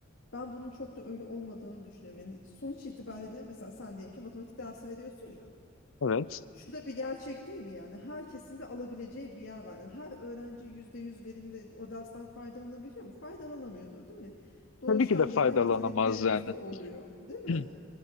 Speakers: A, on the left (about 65°); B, on the left (about 80°).
A: ben bunun çok da öyle olmadığını düşünüyorum. Yani sonuç itibariyle mesela sen diyelim ki matematik dersi veriyorsun ya.
B: Evet.
A: Şu da bir gerçek değil mi yani? Herkesin de alabileceği bir yer var. Yani her öğrenci %100 verimli o dersten faydalanabiliyor mu? Faydalanamıyordu, değil mi? Doğuştan
B: Tabii ki de faydalanamaz
A: gelen yeteneklerimiz
B: yani.
A: de oluyor, değil mi?
B: <clears throat>